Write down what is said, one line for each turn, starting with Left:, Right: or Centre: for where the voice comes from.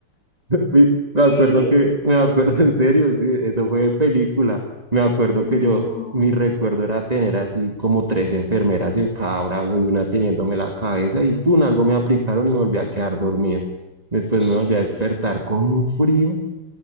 Right: Me me
Centre: ¿Qué?
Right: acuerdo que, me acuerdo <laughs> en serio, sí, eso fue de película. Me acuerdo
Centre: No.
Right: que yo, mi recuerdo era tener así como tres enfermeras en cada brazo y una teniéndome la cabeza y pum, algo me aplicaron y volví a quedar dormida. Después
Centre: ¿Qué?
Right: me volví a despertar con un frío.